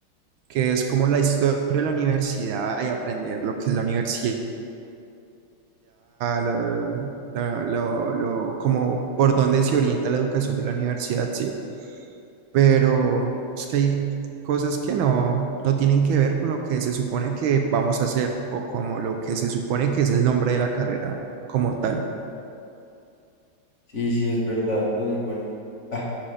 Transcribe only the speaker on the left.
Sí, sí, es verdad, ¿no? Igual, ah,